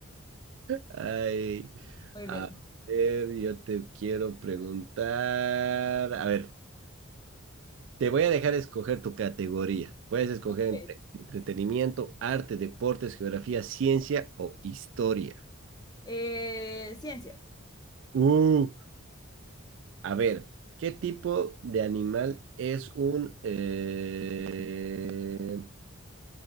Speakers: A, on the right; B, on the left.
A: Ay,
B: Muy
A: a
B: bien.
A: ver, yo te quiero preguntar. A ver. Te voy a dejar escoger tu categoría. Puedes escoger
B: Ok.
A: entre entretenimiento, arte, deportes, geografía, ciencia o historia.
B: Eh, ciencia.
A: Uh, a ver, ¿qué tipo de animal es un... eh,